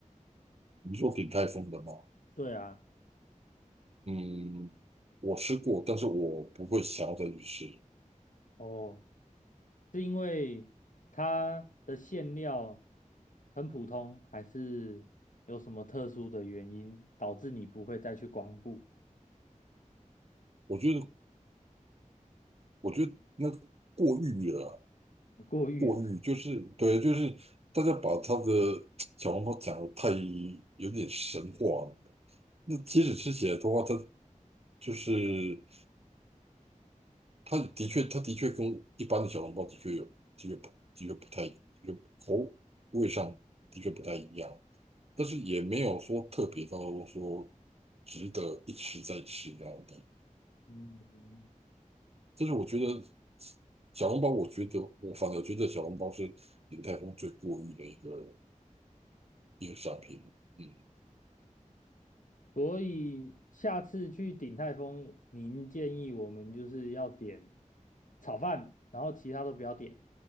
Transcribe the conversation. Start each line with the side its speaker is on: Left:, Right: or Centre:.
Right: 你说鼎泰丰的吗？
Left: 对啊，
Right: 嗯，我吃过，但是我不会想要再去吃。
Left: 哦，是因为它的馅料很普通，还是有什么特殊的原因导致你不会再去光顾
Right: 我觉得，我觉得那个过誉了，
Left: <laughs> 过誉了？
Right: 过誉就是对，就是大家把他的小笼包讲的太有点神话了。那即使吃起来的话，它就是它的确，它的确跟一般的小笼包的确有，的确不，的确不太，的确口味上的确不太一样，但是也没有说特别到说值得一吃再吃那样的。
Left: 嗯
Right: 就是我觉得小笼包，我觉得我反而觉得小笼包是鼎泰丰最过誉的一个一个商品。嗯，
Left: 所以下次去鼎泰丰，您建议我们就是要点炒饭，然后其他都不要点，